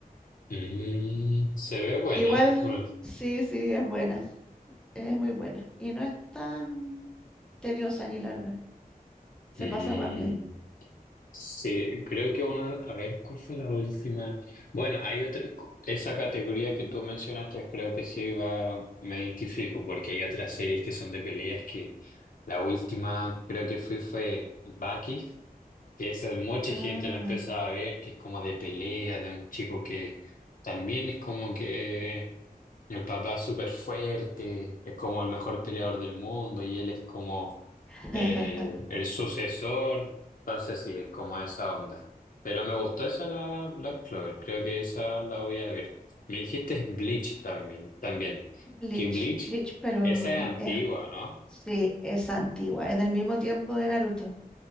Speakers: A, on the left (about 60°); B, in the centre.
A: Mm, se ve buena.
B: Igual,
A: por-
B: sí, sí, es buena, es muy buena. Y no es tan tediosa ni larga, se
A: Mm,
B: pasa rápido.
A: sí, creo que una. A ver, ¿cuál fue la última? Bueno, hay otra. Esa categoría que tú mencionaste, creo que sí va, me identifico, porque hay otras series que son de peleas que la última creo que fui fue Baki, que esa mucha
B: Ah,
A: gente la empezaba a ver, que es como de pelea, de un chico que también es como que El papá es súper fuerte, es como el mejor peleador del mundo y él es como
B: <laughs>
A: eh, el sucesor. Entonces sí, es como esa onda. Pero me gustó esa la Black Clover, creo que esa la voy a ver. Me dijiste Bleach también, también.
B: Bleach,
A: Que Bleach,
B: Bleach, pero
A: esa es antigua,
B: es
A: ¿no?
B: Sí, es antigua, es del mismo tiempo de Naruto,